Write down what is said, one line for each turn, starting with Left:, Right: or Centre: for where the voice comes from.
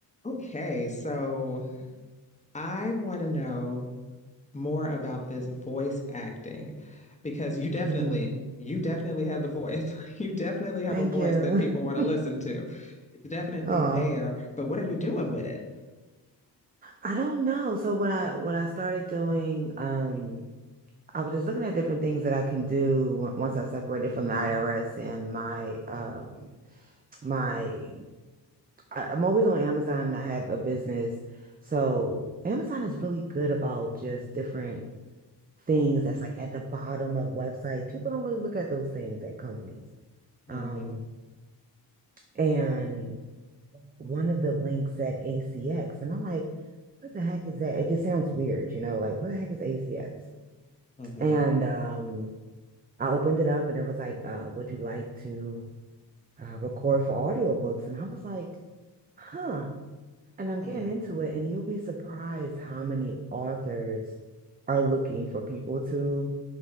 Left: Okay, so I want to know more about this voice acting because you definitely,
Right: hmm
Left: you definitely have the voice. <laughs> You definitely have
Right: Thank
Left: a voice
Right: you.
Left: that people want
Right: <laughs>
Left: to listen to. It's definitely
Right: Oh,
Left: there, but what are you doing with it?
Right: I don't know. So what I what I started doing, um, I was just looking at different things that I can do on- once I separated from the IRS and my um my I, I'm always on Amazon. and I have a business, so Amazon is really good about just different. things that's like at the bottom of websites. People don't really look at those things at companies.
Left: Mm-hmm.
Right: Um, and one of the links said ACX, and I'm like, what the heck is that? It just sounds weird, you know, like what the heck is ACX?
Left: hmm
Right: And um, I opened it up and it was like, uh, would you like to uh, record for audiobooks? And I was like, huh. And I'm
Left: Hmm.
Right: getting into it, and you'll be surprised how many authors are looking for people to